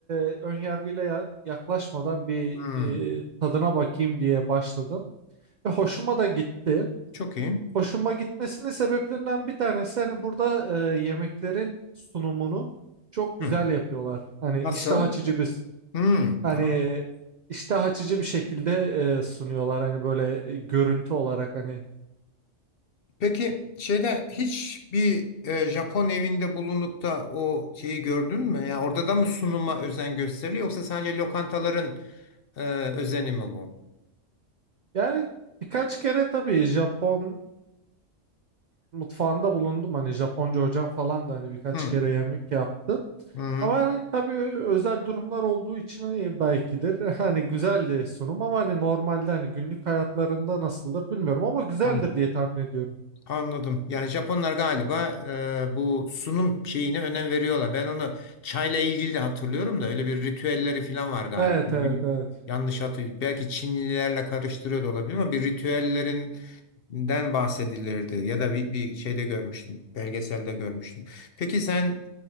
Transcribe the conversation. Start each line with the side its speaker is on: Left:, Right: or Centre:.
Right: e, önyargıyla ya- yaklaşmadan bir
Left: Hı,
Right: e, tadına bakayım diye başladım. Ve hoşuma da gitti.
Left: çok iyi.
Right: Hoşuma gitmesinin sebeplerinden bir tanesi hani burada e, yemeklerin sunumunu çok güzel
Left: Hı.
Right: yapıyorlar. Hani
Left: Nasıl?
Right: iştah açıcı bir
Left: Hı.
Right: hani
Left: tamam.
Right: iştah açıcı bir şekilde e, sunuyorlar hani böyle e, görüntü olarak hani.
Left: Peki şeyde hiç bir e, Japon evinde bulunup da o şeyi gördün mü? Yani orada da mı sunuma özen gösteriliyor yoksa sadece lokantaların e, özeni mi bu?
Right: Yani birkaç kere tabii Japon mutfağında bulundum. Hani Japonca hocam falan da hani birkaç
Left: Hı,
Right: kere yemek yaptı.
Left: hı,
Right: Ama hani tabii özel durumlar olduğu için hani belkidir. <laughs> Hani güzeldi sunum ama hani normalde hani günlük hayatlarında nasıldır bilmiyorum ama güzeldir
Left: anladım.
Right: diye tahmin ediyorum.
Left: Anladım. Yani Japonlar galiba e, bu sunum şeyine önem veriyorlar. Ben onu çayla ilgili de hatırlıyorum da öyle bir ritüelleri falan var galiba.
Right: Evet
Left: Bir-
Right: evet evet.
Left: Yanlış hatırlıyorum. Belki Çinlilerle karıştırıyor da olabilir ama bir ritüellerin den bahsedilirdi ya da bir, bir şeyde görmüştüm, belgeselde görmüştüm. Peki sen